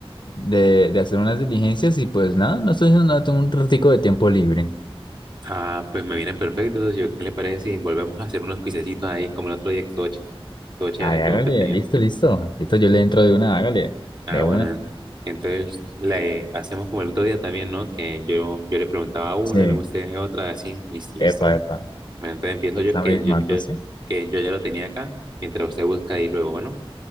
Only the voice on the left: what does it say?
de, de hacer unas diligencias y pues nada, no estoy haciendo nada, tengo un ratico de tiempo libre.
Ay,
hágale,
listo, listo. Listo, yo le entro de una, hágale,
de
una.
Sí,
epa, epa.
Esa
misma,
socio.